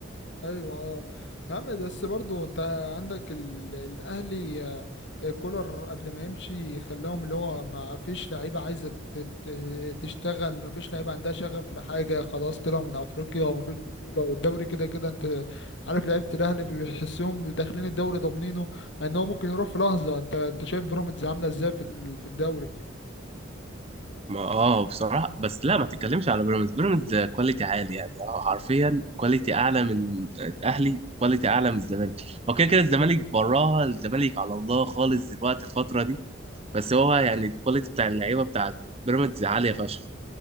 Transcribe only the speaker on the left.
ايوه اه يا عم بس برضو انت عندك ال- الاهلي آه، كولر قبل ما يمشي خلاهم اللي هو ما فيش لعيبه عايزه ت- ت- تشتغل ما فيش لعيبه عندها شغف لحاجه خلاص طلعوا من افريقيا وما فيش بطوله والدوري كده كده انت عارف لعيبه الاهلي بيحسهم داخلين الدوري ضامنينه مع ان هو ممكن يروح في لحظه انت انت شايف بيراميدز عامله ازاي في ال- في الدوري